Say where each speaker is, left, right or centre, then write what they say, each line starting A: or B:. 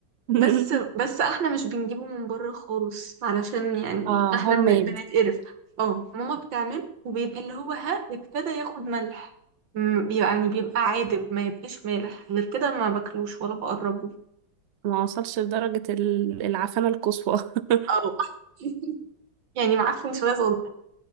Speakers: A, on the right; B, on the right.
A: <laughs>
B: بس بس احنا مش بنجيبه من بره خالص علشان يعني
A: اه
B: احنا
A: هوم
B: بن...
A: ميد
B: بنتقرف اه ماما بتعمل وبيبقى اللي هو ها ابتدى ياخد ملح م- يعني بيبقى عادب ما يبقاش مالح غير كده ما باكلوش ولا بقربه
A: ما وصلش لدرجة ال- العفانة القصوى <laughs>
B: اه <laughs> يعني معفن شوية صغير